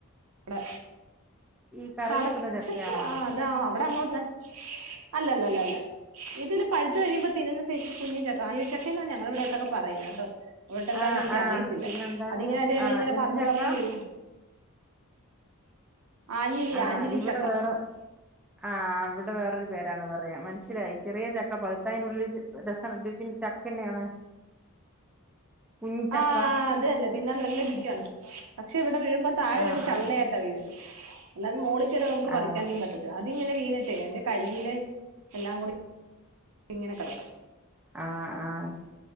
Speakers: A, on the right; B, in the centre.
A: ടെ
B: ഈ കറി
A: കടച്ചക്ക
B: വെക്കുന്ന ചക്കയാണോ
A: ആ അതാ അവിടെ അങ്ങോട്ട് <unintelligible> അല്ലല്ല ഇതില് പഴുത്തു കഴിയുമ്പോ തിന്ന്ന്ന സൈസ്സ് കുഞ്ഞി ചക്ക ആഞ്ഞിലി ചക്ക എന്നാ ഞങ്ങളുടെ ഇടോട്ടൊക്കെ പറയുന്നത് കേട്ടോ. അവിട്ടെന്താന്ന്
B: ആഹ്
A: എനിക്ക്
B: ആഹ്
A: അറിയത്തില്ല,
B: പിന്നെന്താണ്
A: അതിങ്ങനെ എന്റെ എല
B: ആഹ്
A: ഇങ്ങനെ
B: എന്ത്
A: പറന്ന്
B: ചക്ക
A: പറന്ന് വീണു. ആഞ്ഞിലി
B: ആ
A: ആഞ്ഞിലി
B: ഇവിടെ
A: ചക്ക
B: വേറെ ആ ഇവിടെ വേറൊരു പേരാണ് പറയാ, മനസ്സിലായി. ചെറിയ ചക്ക പഴുത്താ അയിന്റെ ഉള്ളിൽ ചെ രസ രുചി ചക്കന്നെയാണ്. കുഞ്ഞിച്ചക്ക
A: ആ അതന്നെ തിന്നാൻ നല്ല രുച്യാണ്. പക്ഷേ ഇവിടെ വീഴുമ്പോൾ താഴെ
B: ആ
A: വീണ് ചള്ളയായിട്ടാ
B: ആ
A: വീഴുന്നെ. എല്ലാരും മോളി- നമുക്ക്
B: ആ
A: പറിക്കാനൊന്നും
B: ആ
A: പറ്റത്തില്ല അതിങ്ങനെ വീണ- ട്ടേ എന്റെ കയ്യില് എല്ലാം കൂടി ഇങ്ങനെ കിടക്കും
B: ആ ആ